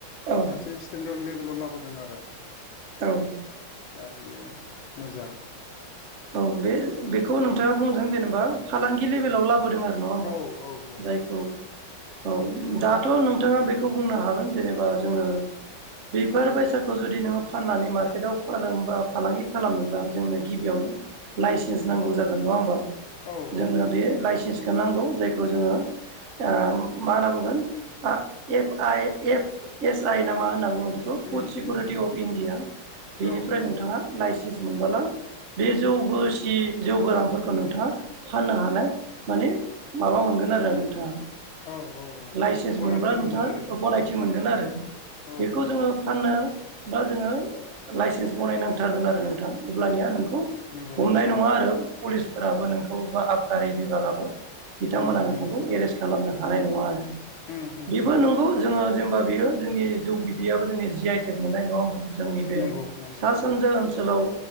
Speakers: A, on the right; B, on the left.
A: औ
B: मोनसे स्टेन्डार्ड लेभेलाव लाबोदों आरो
A: औ
B: दा बेयो मोजां
A: औ बे बेखौ नोंथाङा बुंदों जेनेबा फालांगि लेभेलाव ला बोदों आरो नङा होमबा
B: औ औ औ
A: जायखौ औ दाथ' नोंथाङा बेखौ बुंनो हागोन जेनेबा जोङो बेफोर बायसाखौ जुदि नोङो फाननानै मार्केटाव फाननोबा फालांगि खालामनोब्ला जोंनो गिबियावनो लाइसेन्स नांगौ जागोन नङा होमबा
B: औ
A: जोंनो
B: औ
A: बे लाइसेन्स खो नांगौ जायखौ जोङो ओ मा होनना बुंगोन आ F I F S I ना मा होनना बुङो बेखौ फुड
B: उम
A: सिकिउरिटि
B: उम उम
A: अफ इण्डिया बेनिफ्राय
B: औ
A: नोंथाङा लाइसेन्स मोनबोला बे जौगोसि जौ गोरानफोरखौ नोंथाङा फाननो हानाय माने माबा मोनगोन आरो नोंथाङा
B: औ औ औ
A: लाइसेन्स
B: गनायथि
A: मोनब्ला नोंथाङा
B: मोनगोन आरो
A: गनायथि मोनगोन आरो
B: औ
A: बेखौ
B: औ
A: जोङो फाननो बा जोङो लाइसेन्स बनायनांथारगोन आरो नोंथां अब्लानिया नोंखौ हमनाय
B: नंगौ नंगौ
A: नङा आरो पुलिसफोराबो नोंखौ बा आबखारि बिभागाबो बिथांमोना
B: उम
A: नोंथांखौ
B: उम
A: एरेस्ट खालामनो हानाय नङा आरो
B: उम उम
A: बेबो
B: उम
A: नंगौ जोङो जेनबा बेयो जोंनि जौ बिदैयाबो जोंनि जि आइटेक मोननाय नङा होनबा जोंनि बे
B: नंगौ नंगौ
A: सा सानजा ओनसोलाव